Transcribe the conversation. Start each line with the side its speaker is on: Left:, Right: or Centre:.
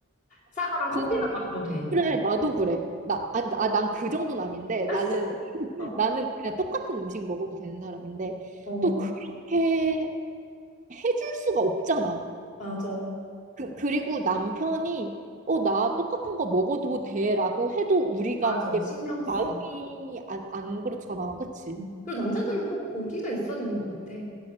Left: 사과랑 커피만
Right: 근데
Left: 마셔도 돼.
Right: 그래 나도 그래. 나, 아, 나, 난그 정도는 아닌데
Left: <laughs>
Right: 나는
Left: 어,
Right: 나는 그냥 똑같은 음식 먹어도 되는 사람인데
Left: 어,
Right: 또 그렇게 해줄 수가 없잖아.
Left: 맞아.
Right: 그, 그리고 남편이 어, 나 똑같은 거 먹어도 돼라고 해도 우리가
Left: 맞아,
Right: 그게
Left: 신경 쓰.
Right: 마음이 안, 안 그렇잖아. 그치?
Left: 음. 그리고 남자들은 꼭 고기가 있어야 되는 것 같아.